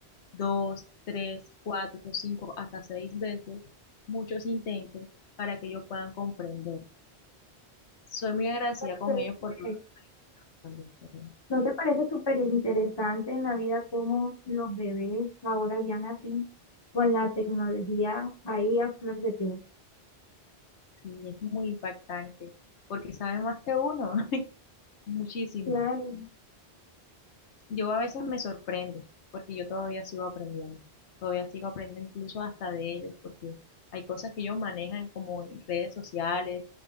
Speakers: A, on the left; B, on the left.
A: dos, tres, cuatro, cinco, hasta seis veces, muchos intentos para que ellos puedan comprender. Soy muy agradecida
B: Entonces,
A: con ellos por todo
B: eh,
A: lo que me han dado también, pero
B: ¿No te parece súper interesante en la vida cómo los bebés ahora ya nacen con la tecnología ahí a flor de piel?
A: Sí, es muy impactante porque saben más que uno, <laughs> muchísimo.
B: Claro, ¿no?
A: Yo a veces me sorprendo, porque yo todavía sigo aprendiendo, todavía sigo aprendiendo incluso hasta de ellos, porque hay cosas que ellos manejan como en redes sociales